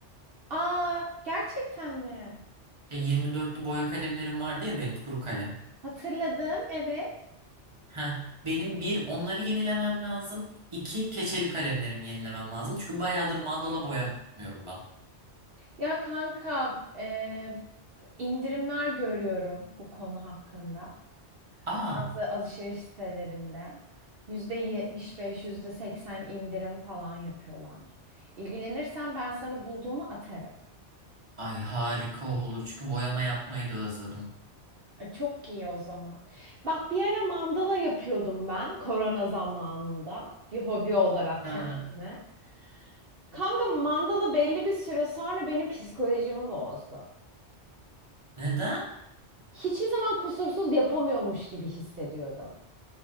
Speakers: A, on the right (about 55°); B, on the right (about 30°).
A: Aa gerçekten mi?
B: E, 24'lü boya kalemlerim vardı ya benim kuru kalem.
A: Hatırladım evet.
B: Ha, benim bir onları yenilemem lazım. İki keçeli kalemlerimi yenilemem lazım. Çünkü bayağıdır mandala boyamıyorum ben.
A: Ya kanka e, indirimler görüyorum bu konu hakkında.
B: Aa,
A: bazı alışveriş sitelerinde yüzde yetmiş beş yüzde seksen indirim falan yapıyorlar. İlgilenirsen ben sana bulduğumu atarım.
B: ay harika olur çünkü boyama yapmayı da özledim.
A: E, çok iyi o zaman. Bak bir ara mandala yapıyordum ben korona zamanında bir hobi olarak
B: Ha,
A: kendime. Kanka mandala belli bir süre sonra benim psikolojimi bozdu.
B: neden?
A: Hiçbir zaman kusursuz yapamıyormuş gibi hissediyorum.